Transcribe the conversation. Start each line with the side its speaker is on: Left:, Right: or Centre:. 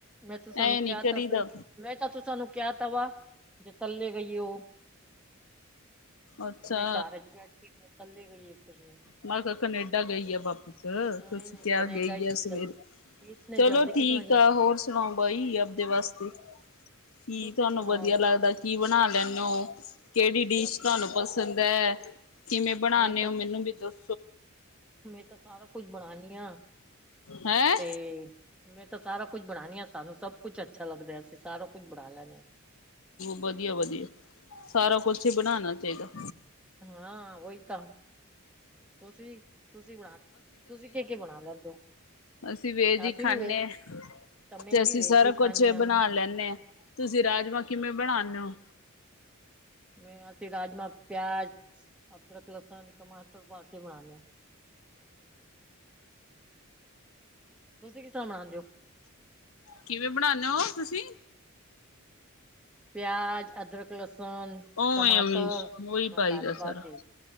Centre: ਮੈਂ ਤੂੰ ਸਾ ਨੂੰ
Left: ਐ
Centre: ਕਿਹਾ
Left: ਨੀ ਕਰੀ
Centre: ਤਾ ਸਹੀ
Left: ਦਾ
Centre: ਮੈਂ ਤ ਤੂੰ ਸਾ ਨੂੰ ਕਿਹਾ ਤਾ ਵਾ। ਜੇ ਤੱਲੇ ਗਈ ਉਹ-
Left: ਅੱਛਾ
Centre: ਮੈਂ ਘੱਰ ਤ ਬੈਠੀ ਆਂ ਉਹ ਥੱਲੇ ਗਈ ਏ ਫਿਰਨੇ
Left: ਮੈ ਕਿਹਾ ਕਨੇਡਾ ਗਈ ਆ ਵਾਪਿਸ
Centre: ਨਹੀਂ
Left: ਤੁਸੀ
Centre: ਨਹੀਂ
Left: ਕਿਆ
Centre: ਕਨੇਡਾ
Left: ਗਈ
Centre: ਇਤਨੀ
Left: ਆ ਸਵੇਰੇ
Centre: ਜਲਦੀ ਇਤਨੇ
Left: ਚਲੋ
Centre: ਜਲਦੀ ਕਿਸ
Left: ਠੀਕ
Centre: ਨਾਲ ਜਾ ਸਕ
Left: ਆ ਹੋਰ ਸੁਣਾਓ ਬਾਈ ਆਪਦੇ ਵਾਸਤੇ ਕੀ
Centre: ਤੁਸੀਂ
Left: ਤੁਹਾਨੂੰ
Centre: ਸੁਣਾਓ
Left: ਵਧੀਆ ਲਗਦਾ ਕੀ ਬਣਾ ਲੈਣੇ ਓ ਕਿਹੜੀ ਡਿਸ਼
Centre: ਅਸੀਂ
Left: ਤੁਹਾਨੂੰ ਪਸੰਦ ਐ? ਕਿਵੇ ਬਣਾਣੇ
Centre: ਮੈਂ ਤਾਂ
Left: ਓ ਮੈਨੂੰ ਵੀ ਦਸ
Centre: ਮੈਂ ਤਾਂ ਸਾਰਾ ਕੁਝ ਬਣਾਣੀ ਹਾਂ
Left: ਹੈਂ
Centre: ਤੇ ਮੈ ਤਾਂ ਸਾਰਾ ਕੁਛ ਬਣਾਨੀ ਆ ਸਾਨੂੰ ਸਭ ਕੁਛ ਅੱਛਾ ਲੱਗਦਾ ਅਸੀ ਸਾਰਾ ਕੁਛ ਬਣਾ ਲੈਣੇ ਹਾਂ
Left: ਵਧੀਆ- ਵਧੀਆ ਸਾਰਾ ਕੁਛ ਹੀ ਬਣਾਣਾ ਚਾਹੀਦਾ
Centre: ਹਾਂ ਓਹੀ ਤਾਂ ਤੁਸੀ- ਤੁਸੀ ਬਣਾ ਤੁਸੀ ਕੇ ਕੇ ਬਣਾ ਲੈਦੇ ਹੋ
Left: ਅਸੀ ਵੀਰ
Centre: ਤਾਂ
Left: ਜੀ
Centre: ਅਸੀਂ
Left: ਖਾਣੇ
Centre: ਵੀ ਵੇ
Left: ਆ
Centre: ਤਾਂ ਮੈਂ
Left: ਤੇ
Centre: ਵੀ
Left: ਅਸੀ
Centre: ਵੇਜ
Left: ਸਾਰਾ
Centre: ਹੀ ਖਾਣੀ
Left: ਕੁਛ
Centre: ਆ
Left: ਬਣਾ ਲੈਂਣੇ ਹਾਂ ਤੁਸੀ ਰਾਜਮਾਂ ਕਿਵੇ ਬਣਾਣੇ ਓ-
Centre: ਮੈਂ ਅਸੀ ਰਾਜਮਾ ਪਿਆਜ, ਅਦਰਕ, ਲਸਣ, ਟਮਾਟਰ ਪਾ ਕੇ ਬਣਾਣੇ ਆ। ਤੁਸੀ ਕਿਸ ਤਰਾ ਬਣਾਦੇ ਹੋ?
Left: ਕਿਵੇ ਬਣਾਣੇ ਹੋ ਤੁਸੀ?
Centre: ਪਿਆਜ, ਅਦਰਕ, ਲਸਣ,
Left: ਉਵੇਂ
Centre: ਟਮਾਟਰ
Left: ਉਵੇਂ ਉਹੀ
Centre: ਮਸਾਲੇ
Left: ਪਾਈ ਦਾ
Centre: ਪਾ
Left: ਸਾਰਾ
Centre: ਕੇ